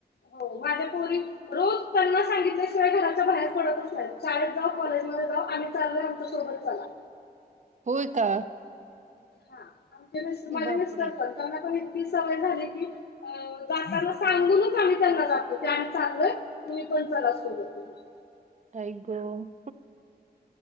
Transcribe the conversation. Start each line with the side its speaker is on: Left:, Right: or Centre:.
Left: हो, माझ्या पोरी रोज त्यांना सांगितल्याशिवाय घराच्या बाहेर पडतच नाहीत शाळेत जावो, कॉलेजमध्ये जावो आम्ही चाललोय आमच्या सोबत चला.
Right: होय का.
Left: हां आमचे माझे
Right: बापरे!
Left: मिस्टर पण त्यांना पण इतकी सवय झालीये की अ जाताना सांगूनच आम्ही त्यांना जातो त्यान आम्ही चाललोय तुम्ही पण चला सोबत म्हणून.
Right: आई गं!